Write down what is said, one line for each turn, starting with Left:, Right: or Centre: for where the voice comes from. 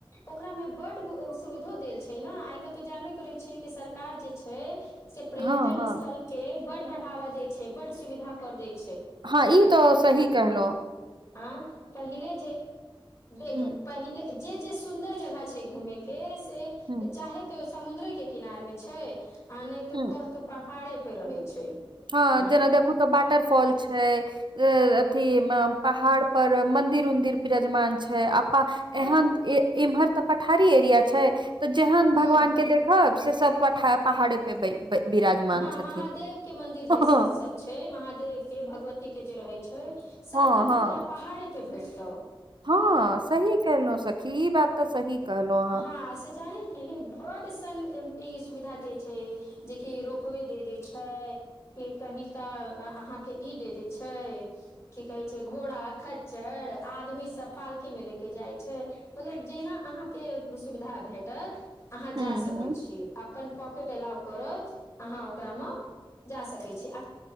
Left: ओकरा में बड सुविधो देल छै न आय काल्हि त जानवे करै छै कि सरकार जे छै से पर्यटन
Right: हँ हँ
Left: स्थल के बड बढ़ावा दै छै बड सुविधा कर दे छै
Right: हँ ई तऽ सही कहलहुं
Left: आ पहिले जे देख
Right: हुँ
Left: पहिले जे जे सुन्दर जगह छै घूमे के से
Right: हुँ
Left: चाहे त समुंद्रे के किनार मे छै आ नहि त
Right: हुँ
Left: कहतो पहाड़े पे रहे छै
Right: हँ
Left: आँ
Right: जेना देखू तऽ वाटर फॉल छै इ अथि पहाड़ पर मन्दिर उन्दिर बिरजमान छै
Left: तब
Right: एहन इम्हर तऽ पठारी एरिया छै तऽ जेहन
Left: हूँ
Right: भगवान के देख हब से सब प पहाड़े पे बिराजमान
Left: हँ
Right: छथिन
Left: महादेव के मंदिर जे
Right: हँ
Left: सब छै महादेव के भगवती के जे रहे छै सभटा
Right: हँ हँ
Left: तो तोरा पहाड़े पे भेटतौ
Right: हँ सही कहलौं सखी ई बात तऽ सही कहलहुँ अहाँ
Left: हँ से जान छीही बड सन ई सुविधा देै छै जेकि रोपवे दे दै छै के कही तऽ अहाँके ई दे दै छै की कहे छै घोड़ा खच्चर आदमी सब पालकी मे ले के जाइ छै मतलब जेना अहाँके सुविधा भेटत अहाँ
Right: हुँ
Left: जा सकैत
Right: हुँ
Left: छीयै अपन पॉकेट एलाव करत अहाँ ओकरा म जा सकै छी आ